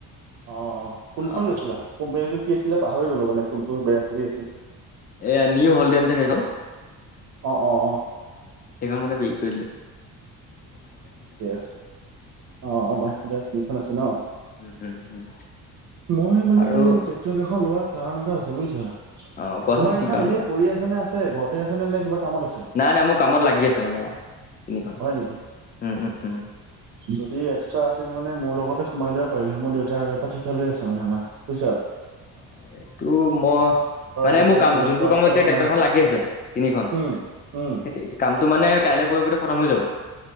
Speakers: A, on the right (about 45°); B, on the left (about 25°).
A: অ' কোনখন
B: অ',
A: বেছিলা
B: অ'।
A: কোম্পানীটো কি আছিলে পাহৰি গলো মানে কোনটো হেৰি আছিল।
B: এয়া নিউ হলডে থ ক
A: অ অ অ
B: সেইখন মানে বেৰি কৰিলো
A: ঠিকে আছে অ' অ' মাহন্দা তিনিখন আছে ন'
B: উম, উম, উম,
A: মই মানে
B: আৰু
A: ট্ৰেক্টৰ কেইখন লোৱাৰ কাৰণ এটা আছে বুজিছা।
B: অ', কোৱাচোন
A: তোমাক
B: কি
A: এখন
B: কাৰণ
A: এনেই পৰি আছে নে আছে ঘৰতে আছেনে নে কিবা? কামত আছে
B: নাই নাই মোৰ কামত লাগি আছে মানে তিনিখন।
A: হয় নেকি?
B: উম, উম, উম,
A: যদি এক্সট্ৰা আছিল। মানে মোৰ লগতে সোমাই দিব পাৰিলো হয়ে মোৰ দেউতা আৰু এটা ঠিকা লৈ আছে মানে আমাৰুিছা
B: অ' এইটো মই মানে
A: বেছি
B: মোৰ কাম
A: মিলনপুৰ
B: যোনটো
A: ৰাস্তাত
B: কামত এতিয়া
A: বনাই
B: ট্ৰেক্টৰখন লাগি আছে তিনিখন
A: উম উম।
B: সেই কামটো মানে কাইলে পৰহি ভিতৰত খতম হৈ যাব